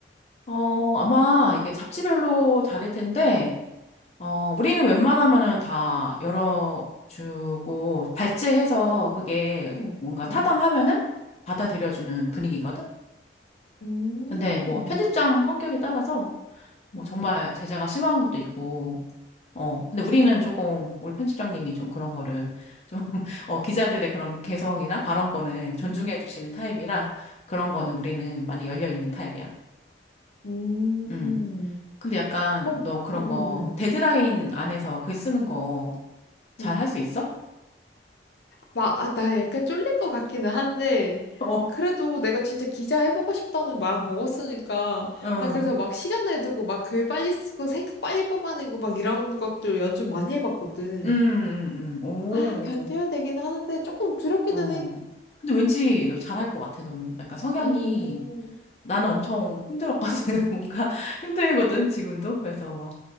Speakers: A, on the left; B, on the left.
A: 어, 아마 이게 잡지별로 다를 텐데, 어, 우리는 웬만하면은 다 열어주고, 발제해서 그게
B: 응,
A: 뭔가 타당하면은
B: 응.
A: 받아들여주는 분위기거든?
B: 음,
A: 근데 뭐 편집장 성격에 따라서 뭐
B: 음,
A: 정말 제재가 심한 것도 있고, 어, 근데 우리는 조금, 우리 편집장님이 좀 그런 거를 좀, <laughs> 어, 기자들의 그런 개성이나 발언권을 존중해
B: 음.
A: 주시는 타입이라 그런 거는 우리는 많이 열려 있는 타입이야.
B: 음.
A: 음. 근데 약간
B: 그럼,
A: 너 그런
B: 응,
A: 거
B: 응, 응.
A: 데드라인 안에서 글 쓰는 거 잘
B: 응.
A: 할 수 있어?
B: 막, 아, 나 약간 쫄릴 것 같기는 한데,
A: 어,
B: 그래도 내가 진짜 기자 해보고 싶다는 마음 먹었으니까,
A: 응,
B: 나 그래서 막 시간 내두고 막 글 빨리 쓰고 생각 빨리 뽑아내고 막 이런 것도 연습 많이 해봤거든.
A: 음, 음, 음, 오,
B: 아, 견뎌야 되긴 하는데 조금 두렵기는
A: 어.
B: 해.
A: 근데 왠지 너 잘할 것 같아, 너는. 약간 성향이
B: 음,
A: 나는 엄청 힘들었거든. <laughs> 뭔가 힘들거든, 지금도. 그래서 막,